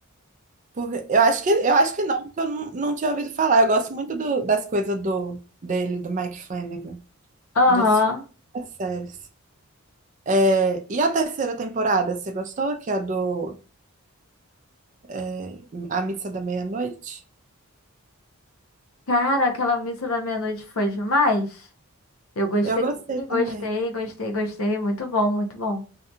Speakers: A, on the right; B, on the left.
A: Porque eu acho que eu acho que não, porque eu não, não tinha ouvido falar. Eu gosto muito do- das coisas do dele, do Mike Flanagan,
B: Aham.
A: dos, das séries. É, e a terceira temporada, você gostou? Que é a do é, A Missa da Meia-Noite?
B: Cara, aquela missa da meia-noite foi demais. Eu gostei,
A: Eu gostei
B: sim, gostei,
A: também.
B: gostei, gostei. Muito bom, muito bom.